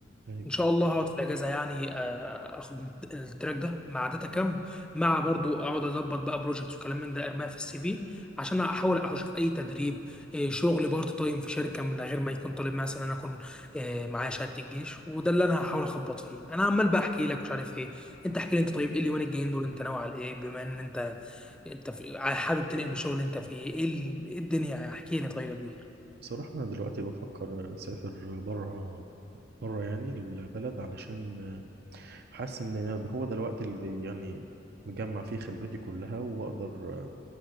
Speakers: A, on the right (about 55°); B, in the centre.
A: أيوة.
B: ان شاء الله هقعد في الاجازه يعني آه، اخد التراك ده مع داتا كامب مع برضو اقعد اظبط بقى بروجكتس وكلام من ده ارميها في السي في عشان احاول اشوف اي تدريب إيه، شغل بارت تايم في شركه من غير ما يكون طالب مثلا انا اكون إيه، معايا شهاده الجيش وده اللي انا هحاول اخبط فيه انا عمال بقى احكي لك مش عارف ايه انت احكي لي انت طيب ايه اليومين الجايين دول انت ناوي على ايه بما ان انت انت في- حابب تنقل من الشغل اللي انت فيه ايه ال- إيه الدنيا احكي لي طيب يا كبير
A: بصراحه انا دلوقتي بفكر اسافر بره بره يعني البلد علشان حاسس ان هو ده الوقت اللي يعني مجمع فيه خبرتي كلها واقدر